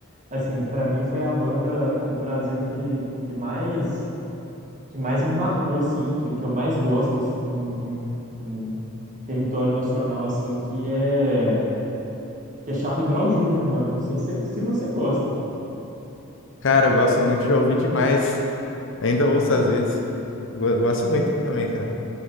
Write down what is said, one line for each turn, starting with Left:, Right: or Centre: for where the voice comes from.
Right: assim, pra mim foi a banda aqui do Brasil que, que mais que mais me marcou assim, que, que eu mais gosto assim, em, em- em território nacional assim, que é que é Charlie Brown Jr., mano. Não sei se, se você gosta.
Left: Cara, eu gosto muito de ouvir demais. Ainda ouço às vezes. Go- Gosto muito também, cara.